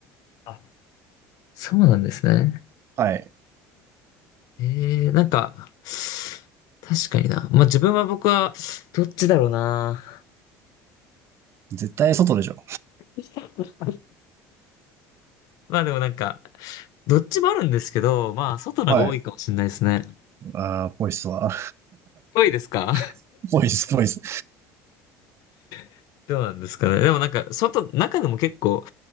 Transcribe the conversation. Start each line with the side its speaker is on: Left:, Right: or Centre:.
Left: あ、そうなんですね。
Right: はい。
Left: ええなんか、確かにな。まあ自分は僕は、どっちだろうな。
Right: 絶対外でしょ。
Left: <laughs> まあでもなんか、どっちもあるんですけど、まあ外のが多いかもしれないですね。
Right: はい。ああ、ポイスは。
Left: 多いですか
Right: <laughs> ポイス、ポイス。
Left: <laughs> どうなんですかね。でもなんか、外、中でも結構